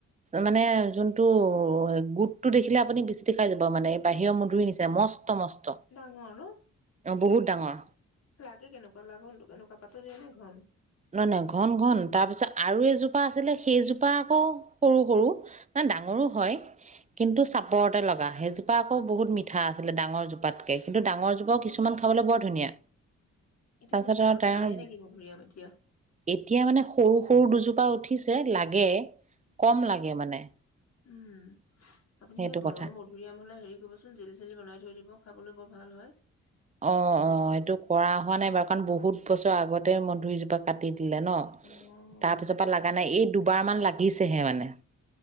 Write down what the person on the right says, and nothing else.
মানে যোনটো- গোটটো দেখিলে আপুনি বিচুতি খাই যাব মানে এই বাহিৰৰ মধুৰি নিচিনা মষ্ট- মস্ত মস্ত,
অ বহুত- ডাঙৰ।
নহয় নহয়, ঘন ঘন তাৰ পিছত আৰু এইজোপা আছিলে সেইজোপা আকৌ সৰু সৰু মানে ডাঙৰো হয়, কিন্তু চাপৰতে লগা সেইজোপা আকৌ বহুত মিঠা আছিলে ডাঙৰ জোপাতকে। কিন্তু ডাঙৰ
জোপাও কিছুমান খাবলৈ বৰ ধুনীয়া,
তাৰপিছতে
আৰু তাৰ-
এতিয়া মানে সৰু সৰু দুজোপা উঠিছে লাগে, কম লাগে মানে।
সেইটো
কথা
অ, অ
সেইটো কৰা হোৱা নাই বাৰু কাৰণ বহুত বছৰ আগতে মধুৰি জোপা- কাটি। দিলে ন,
তাৰ পিছৰ পৰা লগা নাই এই- দুবাৰ‌ মান লাগিছেহে মানে।